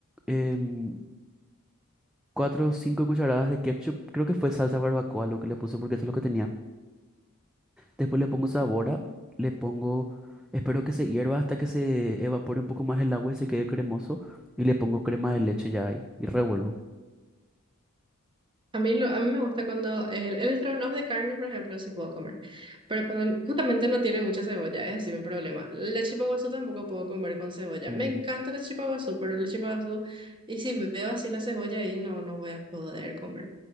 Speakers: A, in the centre; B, on the right.
A: em, cuatro o cinco cucharadas de ketchup, creo que fue salsa barbacoa lo que le puse, porque eso es lo que tenía. Después le pongo sabora, le pongo, espero que se hierva hasta que se evapore un poco más el agua y se quede cremoso. Y le pongo crema de leche ya ahí y revuelvo.
B: A mí, lo- a mí me gusta cuando el, el estrogonoff de carne, por ejemplo, sí puedo comer, pero cuando justamente no tiene mucha cebolla, es así mi problema. La chipa guazú tampoco puedo comer con cebolla.
A: Mm.
B: Me encanta la chipa guazú, pero la chipa guazú, y si veo así la cebolla ahí, no, no voy a poder comer.